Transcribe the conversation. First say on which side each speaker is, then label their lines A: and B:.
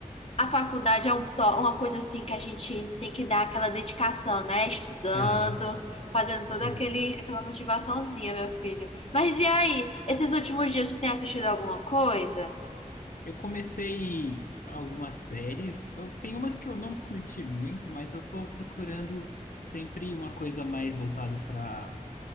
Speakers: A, on the left; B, on the left.
A: a faculdade é um to- uma coisa assim que a gente tem que dar aquela dedicação, né? Estudando,
B: Aham,
A: fazendo toda
B: é.
A: aquele... aquela motivaçãozinha, meu filho. Mas e aí, esses últimos dias, tu tem assistido alguma coisa?
B: Eu comecei algumas séries. Eu tenho umas que eu não curti muito, mas eu tô procurando sempre uma coisa mais voltada para